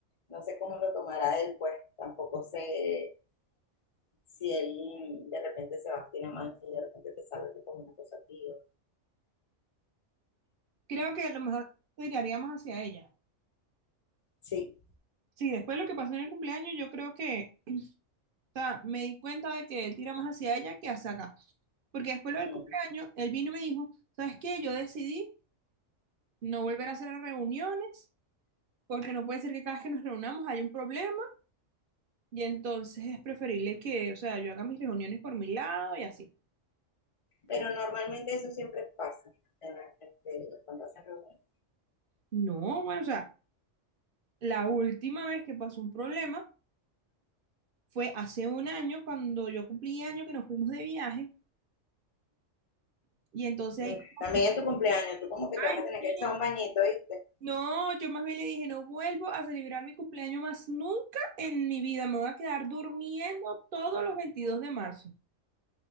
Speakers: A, on the left; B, on the right.
A: no sé cómo lo tomará él, pues tampoco sé si él de repente se va a finar más y de repente te sale con una cosa, tío.
B: creo que a lo mejor tiraría más hacia ella,
A: Sí,
B: sí, después de lo que pasó en el cumpleaños, yo creo que, o sea, me di cuenta de que él tira más hacia ella que hacia acá, porque después de lo
A: mm,
B: del cumpleaños, él vino y me dijo, ¿sabes qué? Yo decidí no volver a hacer reuniones, porque no puede ser que cada vez que nos reunamos haya un problema, Y entonces es preferible que, o sea, yo haga mis reuniones por mi lado y así.
A: pero normalmente eso siempre pasa en la- este, cuando hacen reuniones.
B: No, bueno, o sea, la última vez que pasó un problema fue hace un año cuando yo cumplí año que nos fuimos de viaje y entonces
A: Mm.
B: ahí como
A: También
B: que,
A: en tu cumpleaños, tú como que te
B: ay,
A: vas a tener
B: sí,
A: que echar un bañito, ¿viste?
B: no, yo más bien le dije, no vuelvo a celebrar mi cumpleaños más nunca en mi vida, me voy a quedar durmiendo todos los 22 de marzo.